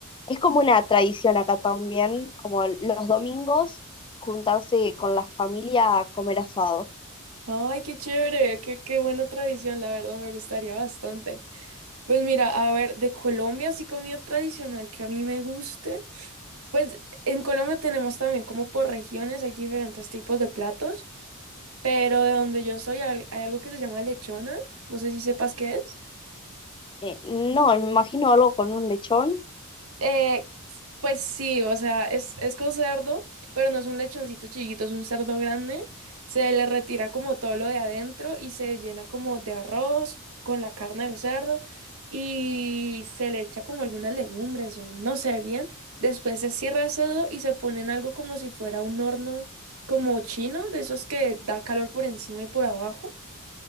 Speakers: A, on the left; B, on the right.
A: es como una tradición acá también, como los domingos juntarse con la familia a comer asado.
B: Ay, qué chévere, qué, qué buena tradición, la verdad me gustaría bastante. Pues mira, a ver, de Colombia, así comida tradicional que a mí me guste. Pues en Colombia tenemos también como por regiones, hay diferentes tipos de platos, pero de donde yo soy hay, hay algo que se llama lechona, no sé si sepas qué es.
A: Eh, no, me imagino algo con un lechón,
B: Eh, pues sí, o sea, es, es con cerdo, pero no es un lechoncito chiquito, es un cerdo grande. Se le retira como todo lo de adentro y se llena como de arroz con la carne del cerdo y se le echa como algunas legumbres o no sé bien. Después se cierra el cerdo y se pone en algo como si fuera un horno como chino, de esos que da calor por encima y por abajo